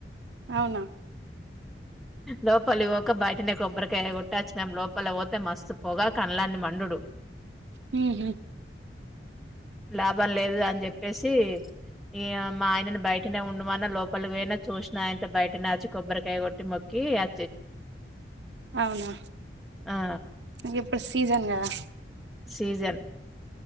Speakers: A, on the right; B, in the centre.
A: అవునా
B: లోపలి పోక బయటనే కొబ్బరికాయ కొట్టొచ్చినం, లోపలి పోతే మస్తు పొగ కంల్లని మండుడు.
A: హుహు
B: లాభం లేదు అని జె ప్పేసి, ఇయ మా ఆయనను బయటనే ఉండుమన్న లోపలి పోయ్న చూస్నయంట బయటనే వచ్చి కొబ్బరికాయ కొట్టి మొక్కి అ
A: అవునా,
B: ఆ
A: ఇం ఇప్పుడు సీజన్ కదా.
B: సీజన్